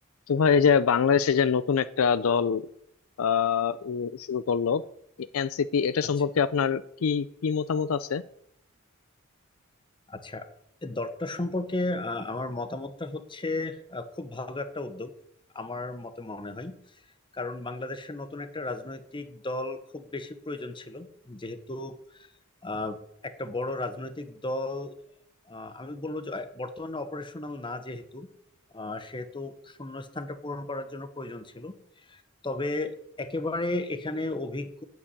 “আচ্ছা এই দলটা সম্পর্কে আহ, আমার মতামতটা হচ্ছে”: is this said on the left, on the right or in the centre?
Left